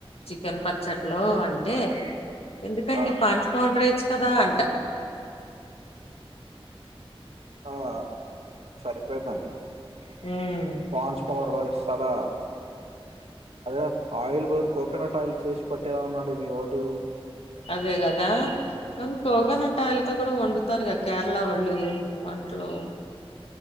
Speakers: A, on the left (about 75°); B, on the right (about 85°).
A: చికెన్ పక్ చ్చడ్లో అంటే ఎందుకండి
B: ఆ
A: పాన్స్ పౌడర్ ఎయచ్ కదా అంట
B: ఆ సరిపోయిందండి
A: మ్మ్
B: పాన్స్ పౌడర్ వేస్తాడా అదేరా ఆయిల్ వేరు కోకోనట్ ఆయిల్ చేసిపెట్టే ఏవన్నాడు మీవోడు
A: అదే గదా మనం కోకోనట్ ఆయిల్ తో కూడా వండు తారుగా కేరళ వాళ్ళు వంటలు